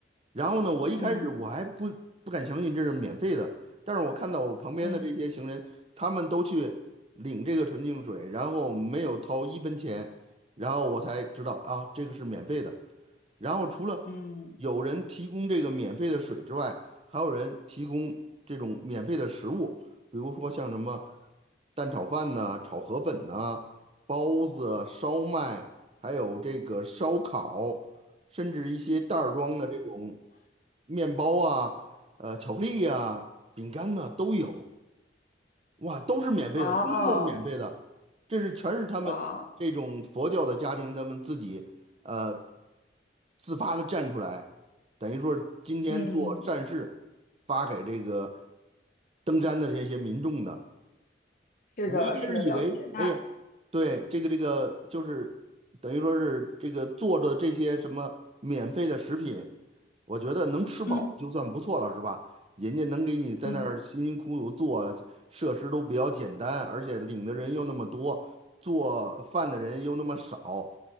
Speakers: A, on the right (about 35°); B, on the left (about 45°).
A: 然后呢，我一开始我还不不敢相信这是免费的，
B: 嗯
A: 但是我看到我旁边的这些行人，
B: 嗯
A: 他们都去领这个纯净水，然后没有掏一分钱，然后我才知道啊，这个是免费的。然后除了
B: 嗯，
A: 有人提供这个免费的水之外，还有人提供这种免费的食物，比如说像什么蛋炒饭呐、炒河粉呐、包子、烧麦，还有这个烧烤，甚至一些袋儿装的这种。面包啊，呃，巧克力呀、饼干呐、都有，哇，都是免费的，
B: 哦
A: 通通都是免费的。这是全是他们这种佛教的家庭，
B: 哇，
A: 他们自己呃自发的站出来，等于说是今天做善事，
B: 嗯嗯，嗯
A: 发给这个登山的这些民众的。
B: 是的，
A: 我一开始以为，
B: 是的，了解。那
A: 哎呀，对，这个这个就是等于说是这个做的这些什么免费的食品，我觉得能吃饱就算不错了，
B: 嗯
A: 是吧？人家能给你在那儿辛辛苦苦做，
B: 嗯
A: 设施都比较简单，而且领的人又那么多，做饭的人又那么少，